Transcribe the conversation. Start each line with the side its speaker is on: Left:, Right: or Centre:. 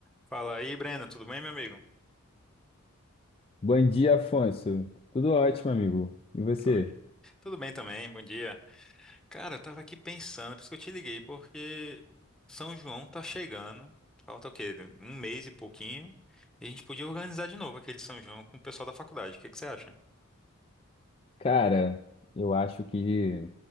Centre: Fala aí, Breno, tudo bem, meu amigo?
Left: Bom dia, Afonso. Tudo ótimo, amigo. E você?
Centre: Bom dia. Tudo bem também, bom dia. Cara, eu tava aqui pensando, por isso que eu te liguei, porque São João tá chegando, falta o quê? Um mês e pouquinho, e a gente podia organizar de novo aquele São João com o pessoal da faculdade, o que que você acha?
Left: Cara, eu acho que